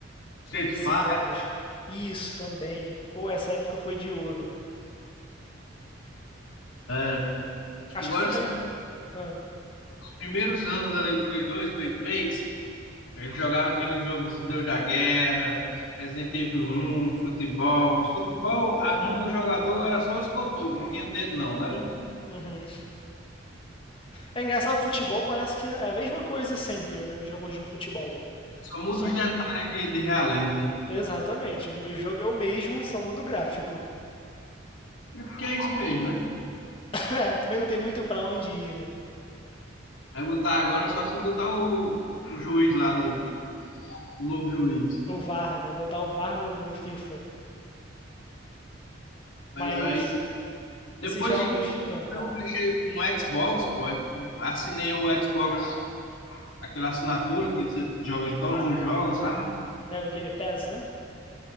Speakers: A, on the left (about 80°); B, on the left (about 30°).
A: Street
B: todos
A: Fighter,
B: esses jogos. Isso também. Pô, essa época foi de ouro.
A: era.
B: Acho
A: Agora,
B: que foi.
A: os
B: Ah,
A: primeiros anos ali do Play 2, Play 3, a gente jogava aqueles jogos Deus da Guerra, Resident Evil um futebol. Os futebol, a mão do jogador era só os cotocos, não tinha dedo não, né
B: uhum. É engraçado, futebol parece que é é a mesma coisa sempre, né? Os jogos de futebol.
A: Só muda
B: Só.
A: os detalhes de, de realismo.
B: Exatamente. O meu jogo é o mesmo, só muda o gráfico. <laughs>
A: É porque é isso mesmo, né?
B: É, também não tem muito pra onde ir, né?
A: Vai botar agora só se eu botar o, o juiz lá de, no juiz.
B: O VAR, né? Botar o VAR no, no FIFA.
A: Mas
B: Mas
A: aí, depois
B: esses jogos.
A: de grande, eu
B: Ah,
A: comprei
B: fala.
A: um clichê com um Xbox, pô. Aí Assinei o Xbox, aquela assinatura que você joga todos os jogos, sabe?
B: É o Game Pass, né?